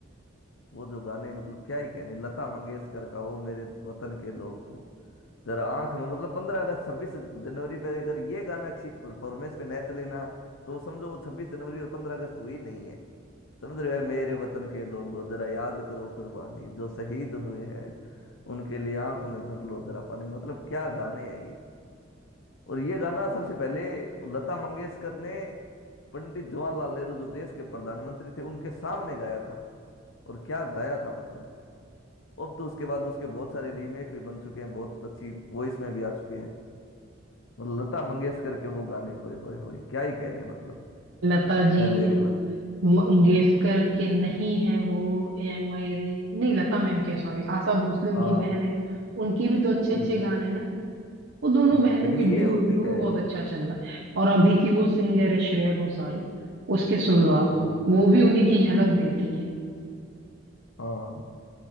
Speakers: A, on the left (about 85°); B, on the right (about 80°).
A: वो जो गाने मतलब क्या ही कहने लता मंगेशकर का वो मेरे वतन के लोग वो जरा आंख में मतलब पंद्रह अगस्त छब्बीस जनवरी पे अगर ये गाना अच्छी परफॉर्मेंस में नहीं चले ना तो समझो वो छब्बीस जनवरी और पंद्रह अगस्त हुई नहीं है समझ रहे हो मेरे वतन के लोगों जरा याद करो कुर्बानी जो शहीद हुए हैं उनके लिए आंख में भर लो जरा पानी मतलब क्या गाने हैं ये और ये गाना सबसे पहले लता मंगेशकर ने पंडित जवाहरलाल नेहरू जो देश के प्रधानमंत्री थे उनके सामने गाया था और क्या गाया था मतलब अब तो उसके बाद उसके बहुत सारे रीमेक भी बन चुके हैं बहुत अच्छी वॉइस में भी आ चुके हैं मतलब लता मंगेशकर के वो गाने होए होए होए क्या ही कहने मतलब
B: लता जी
A: ए मेरे वतन
B: मंगेशकर के नहीं है वो ये मेरे नहीं लता मैम के सॉरी आशा भोसले उनकी
A: हाँ
B: बहन है उनकी भी तो अच्छे अच्छे
A: बिल्कुल
B: गाने हैं ना वो दोनों
A: हाँ
B: बहनों
A: लेकिन
B: की
A: ये
B: ड्यू
A: उन्हीं
B: डुओ
A: का
B: बहुत
A: है
B: अच्छा चलता है और अभी की वो सिंगर है श्रेया घोषाल उसके सुन लो आप
A: ओ हो,
B: वो भी उन्हीं की झलक देती
A: बिल्कुल
B: है
A: हाँ